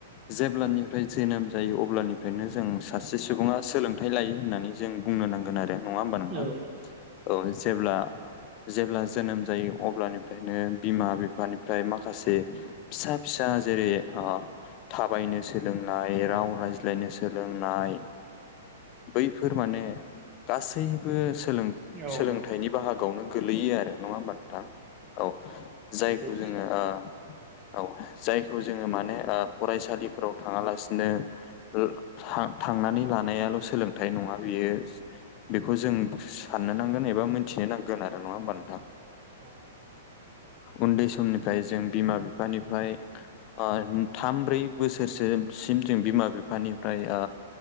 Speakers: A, on the left (about 40°); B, on the right (about 30°).
A: जेब्लानिफ्राय जोनोम जायो अब्लानिफ्रायनो जों सासे सुबुङा सोलों हाथाय लायो होननानै जों बुंनो नांगोन आरो नङा होमबा नोंथां
B: औ
A: औ जेब्ला जेब्ला जोनोम जायो अब्लानिफ्रायनो बिमा बिफानिफ्राय माखासे फिसा फिसा जेरै ओ थाबायनो सोलोंनाय राव रायज्लायनो सोलोंनाय बैफोर माने गासैबो सोलों
B: औ
A: सोलोंथाइनि
B: औ
A: बाहागोआवनो गोलैयो आरो नङा होमबा नोंथां औ जायखौ
B: बेथ' औ
A: जोङो ओ औ जायखौ जोङो माने ओ फरायसालिफोराव थाङालासिनो ओ थां थांनानै लानायाल' सोलोंथाइ नङा बेयो। बेखौ जों साननो नांगोन एबा मिथिनो नांगोन आरो, नङा होमबा नोंथां?
B: <unintelligible>
A: उन्दै समनिफ्राय जों बिमा बिफानिफ्राय अ थाम ब्रै बोसोरसोसिम जों बिमा बिफानिफ्राय ओ